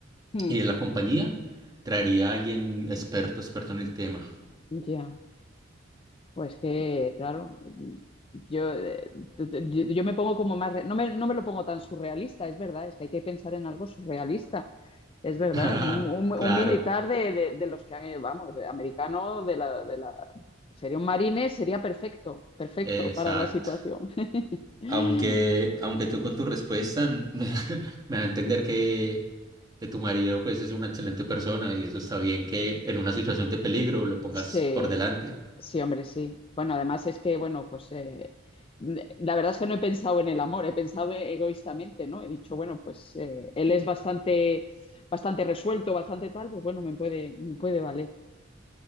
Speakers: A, on the left (about 30°); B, on the right (about 20°).
A: Mm,
B: y en la compañía, traería a alguien experto, experto en el tema.
A: Ya, pues que, claro, yo, eh, t- t- yo, yo me pongo como más, re- no me, no me lo pongo tan surrealista, es verdad, es que hay que pensar en algo surrealista, es verdad,
B: <laughs>
A: un, un- un
B: Claro,
A: militar de, de- de los que han, eh, vamos, eh, americano, de la, de la, sería un marine, sería perfecto, perfecto
B: exacto.
A: para la situación. <laughs>
B: Aunque, aunque tú con tu respuesta n- <laughs> me da a entender que, que tu marido pues es una excelente persona y eso está bien que en una situación de peligro lo pongas
A: Sí,
B: por delante.
A: sí, hombre, sí. Bueno, además es que, bueno, pues eh, la verdad es que no he pensado en el amor, he pensado egoístamente, ¿no? He dicho, bueno, pues eh, él es bastante, bastante resuelto, bastante tal, pues bueno, me puede, me puede valer.